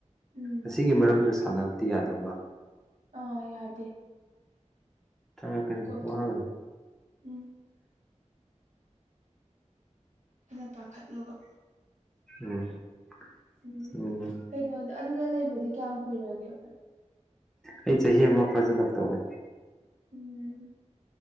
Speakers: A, on the right (about 80°); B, in the centre.
A: ꯎꯝ
B: ꯑꯁꯤꯒꯤ ꯃꯔꯝꯗꯁꯨ ꯁꯥꯟꯅꯕꯗꯤ ꯌꯥꯗꯕ ꯃꯥꯜꯂꯤ
A: ꯑꯥ ꯌꯥꯗꯦ
B: ꯆꯪꯉꯛꯀꯅꯤ
A: ꯀꯣꯏꯊ
B: ꯋꯥꯒꯅꯨ
A: ꯎꯝ ꯑꯩꯅ ꯄꯥꯈꯠꯂꯨꯕ
B: ꯎꯝ ꯎ
A: ꯎꯝ ꯀꯩꯅꯣ ꯑꯗꯨꯗ ꯂꯩꯕꯗꯤ ꯀꯌꯥꯝ ꯀꯨꯏꯔꯒꯦꯚ
B: ꯑꯩ ꯆꯍꯤ ꯑꯃ ꯐꯖꯅ ꯇꯧꯋꯦ
A: ꯎꯝ